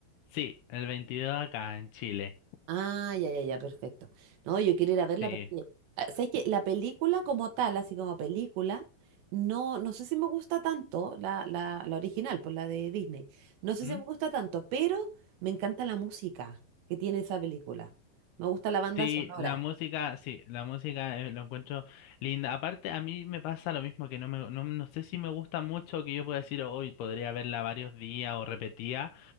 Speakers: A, on the left; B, on the right.
A: Sí, el 22 acá en Chile.
B: Ah, ya, ya, ya, perfecto. No, yo quiero ir a verla
A: Sí.
B: porque, ah, ¿sabes qué? La película como tal, así como película, no, no sé si me gusta tanto, la, la, la original, por la de Disney, no sé
A: ¿Mm?
B: si me gusta tanto, pero me encanta la música que tiene esa película. Me gusta la banda
A: Sí,
B: sonora.
A: la música, sí, la música eh, lo encuentro linda. Aparte, a mí me pasa lo mismo, que no me, no, no sé si me gusta mucho que yo pueda decir, hoy podría verla varios días o repetía